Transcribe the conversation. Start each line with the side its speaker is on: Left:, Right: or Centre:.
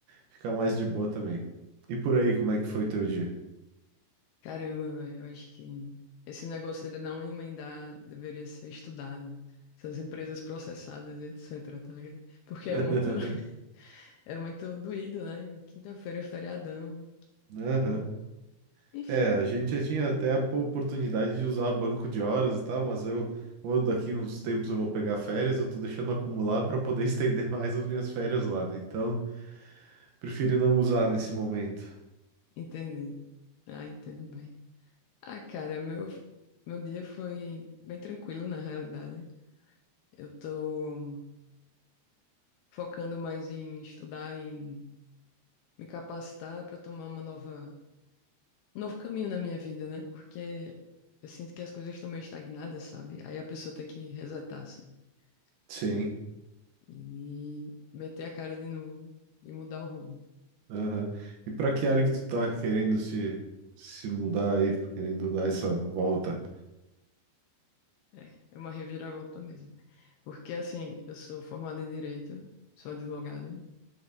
Right: ficar mais de boa também. E por aí, como é que foi o teu dia?
Left: Caramba, velho, eu acho que esse negócio de não emendar deveria ser estudado. Essas empresas processadas, e etc, tá ligado? Porque
Right: <laughs>
Left: é muito, <laughs> é muito doído, né? Quinta-feira é feriadão,
Right: Aham.
Left: pô. Enfim,
Right: É, a gente já tinha até a po- oportunidade de usar banco de horas e tal, mas eu, como eu daqui uns tempos eu vou pegar férias, eu tô deixando acumular para poder <laughs> estender mais as minhas férias lá, né? Então, prefiro não usar nesse momento.
Left: entendi. Ah, entendo bem. Ah, cara, meu, meu dia foi bem tranquilo, na realidade. Eu tô focando mais em estudar, em me capacitar para tomar uma nova, um novo caminho na minha vida, né? Porque eu sinto que as coisas estão meio estagnadas, sabe? Aí a pessoa tem que resetar, assim,
Right: Sim.
Left: né? E meter a cara de novo e mudar o rumo.
Right: aham. E para que área que tu tá querendo se se mudar aí, querendo dar essa volta?
Left: É, é uma reviravolta mesmo. Porque, assim, eu sou formada em Direito, sou advogada,